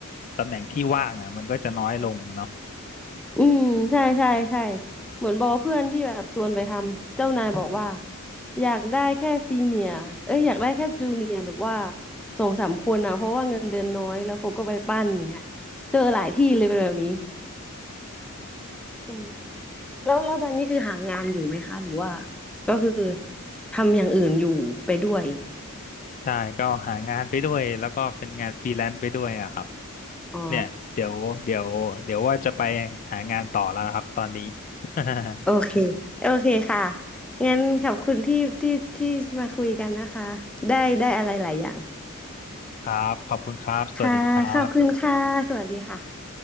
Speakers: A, on the left; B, in the centre.
A: ตำแหน่งที่ว่างอ่ะมันก็จะน้อยลงเนาะ
B: อืมใช่ใช่ใช่เหมือนบอกเพื่อนที่แบบชวนไปทำเจ้านายบอกว่าอยากได้แค่ซีเนียเอ้ยอยากได้แค่จูเนียแบบว่าสองสามคนนะเพราะว่าเงินเดือนน้อยแล้วเขาก็ไปปั้นอย่างเงี้ยเจอหลายที่เลยเป็นแบบนี้อืมแล้วแล้วตอนนี้คือหางานอยู่ไหมคะหรือว่าก็คือทำอย่างอื่นอยู่ไปด้วย
A: ใช่ก็หางานไปด้วยแล้วก็เป็นงานฟรีแลนซ์ไปด้วยอะครับ
B: อ๋อ
A: เนี่ยเดี๋ยวเดี๋ยวเดี๋ยวว่าจะไปหางานต่อแล้วนะครับตอนนี้ <laughs>
B: โอเคโอเคค่ะงั้นขอบคุณที่ที่ที่มาคุยกันนะคะได้ได้อะไรหลายอย่าง
A: ครับขอบคุณครับสวัสดีครับ
B: ค่ะ ขอบคุณค่ะ สวัสดีค่ะ